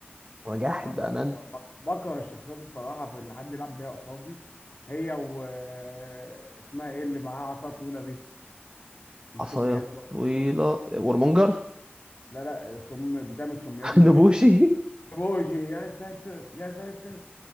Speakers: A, on the right; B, on the left.
A: هو جاحد
B: انا
A: بأمان
B: بقى- بكره الشخصيات الصراحه في اللي حد يلعب بيها قصادي هي و آه، اسمها ايه اللي معاها عصا طويله دي السميات
A: عصاية
B: بقى.
A: طويلة ورمونجر
B: لا لا سم بتعمل سميات
A: <laughs>
B: من
A: نبوشي
B: بعيد بوجي يا ساتر يا ساتر